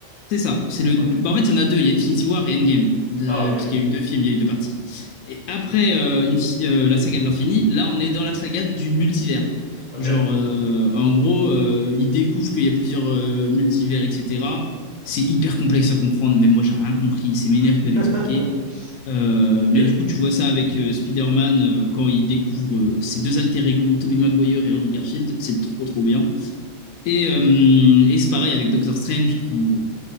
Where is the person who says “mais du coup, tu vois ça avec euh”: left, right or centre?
Left